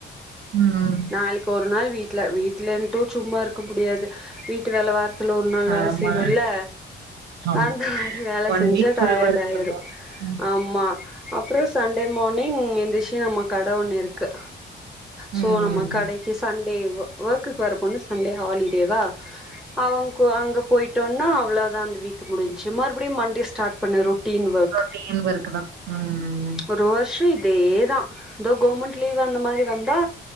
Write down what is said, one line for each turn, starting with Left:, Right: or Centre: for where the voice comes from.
Right: ம்.
Centre: நாளைக்கு ஒரு நாள் வீட்ல வீட்ல இன்ட்டும் சும்மா இருக்க முடியாது வீட் டு வேல வேற துல ஒரு நாள் வேலை
Right: ஆமா,
Centre: செய்வோல்ல
Right: ஆமா.
Centre: அந்த மாறி வேலை செஞ்சா
Right: வீக் ஃபுல்
Centre: டயர்ட்
Right: ஒர்க்
Centre: ஆயிடும்
Right: இருக்கும். ம்.
Centre: ஹ <inaudible> ஆமா அப்றோ சண்டே மார்னிங் எந்திரிச்சு நம்ம கடை ஒண்ணு இருக்கு சோ
Right: ம்.
Centre: நம்ம
Right: ம்.
Centre: கடைக்கு சண்டே ஒர்க்குக்கு வர பொண்ணு சண்டே ஹாலிடேவா அவங் அங்க போயிட்டோனா அவ்ளோதா அந்த வீக்கு முடிஞ்ச்சு மறுபடியு மண்டே ஸ்டார்ட் பண்ணிரு routine work
Right: routine work தான். ம். ம்.
Centre: ஒரு வருஷம் இ தே தா தோ கவுர்மெண்ட் லீவ் அந்த மாறி வந்தா